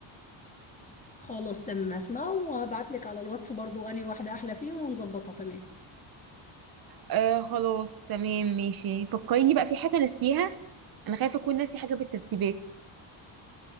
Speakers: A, on the left (about 15°); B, on the right (about 45°).
A: خلاص تمام هسمعه وهبعت لك على الواتس برضو انهي واحده احلى فيهم ونظبطها تمام
B: آه خلاص تمام ماشي فكريني بقى في حاجه ناسيها انا خايفه اكون ناسي حاجه في الترتيبات